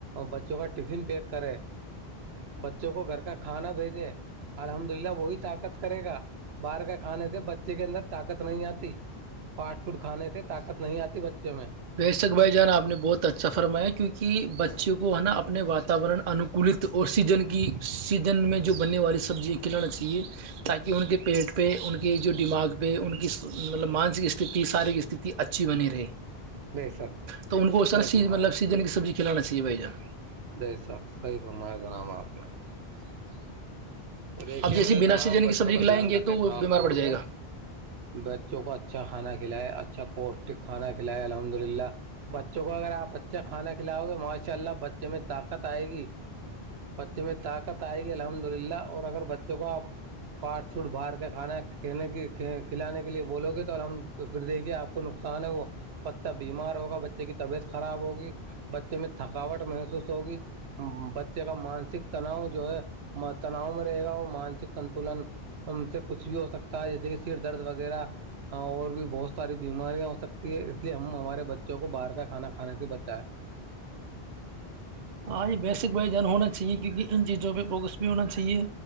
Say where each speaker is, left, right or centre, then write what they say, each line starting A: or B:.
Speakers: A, on the right; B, on the right.
A: بچوں کا ٹفن پیک کرے بچوں کو گھر کا کھانا بھیجے الحمد للہ وہی طاقت کرے گا باہر کا کھانے سے بچے کے اندر طاقت نہیں آتی فاسٹ فوڈ کھانے تھے طاقت نہیں آتی بچوں میں
B: ویشک بھائی جانا آپ نے بہت اچھا فرمایا کیونکہ بچوں کو ہے نا اپنے واتاورن ان <unintelligible> کلت اور سیزن کی سیزن میں جو بننے والی سبزیاں کھلانا چاہیے <unintelligible> تاکہ ان کے پیٹ پہ ان کے جو دماغ پہ ان کی مطلب مانسک استھی کی استھتی اچھی بنی رہی
A: بے شک
B: تو ان کو ایسا
A: صحیح
B: نا
A: فرمایا
B: سی مطلب سیزن کی سبزی کی چھلانا سی بھ جان <unintelligible>
A: ب شخ صحیح فرما ج نام آپ نے <unintelligible> تو دیکھیے
B: آپ جیسیے
A: میرے
B: بناسی
A: جناب
B: جنے
A: بچوں
B: کی سبزی
A: کا
B: کھلائیں
A: دھیان
B: گے
A: رکھے
B: تو وہ
A: خاص
B: بیمار
A: طور
B: پڑ جائے
A: پہ
B: گا
A: بچوں کو اچھا کھانا کھلائے اچھا پوشٹک کھانا کھلائے الحمد للہ بچوں کو اگر آپ اچھا کھانا کھلاؤ گے ماشاء اللہ بچوں میں طاقت آئے گی بچی میں طاقت آئے گی الحمد للہ اور اگر بچوں کو آپ پاٹ فوٹ باہار کے کھانا ک کی کھلانے کے لیے بولو گے تو ہم تو پھر دیکھیے آپ کو نقصان ہے وہ بچہ بیمار ہوگا بچے کی طبیعت خراب ہوگی بچے میں تھکاوٹ محسوس ہوگی بچے کا مانسک تناؤ جو ہے تناؤ میں رہے گا وہ مانسک سنتولن سے کچھ بھی ہو سکتا ہے جیسے کہ سر درد وغیرہ اور بھی بہت ساری بیماریاں ہو سکتی ہے اس لیے ہمارے بچوں کو باہر کا کھانا کھانے سے بچائیں
B: ہاں یہ بیسک وائیجان ہونا چاہیے کیونکہ ان چیزوں پہ فوکس بھی ہونا چاہیے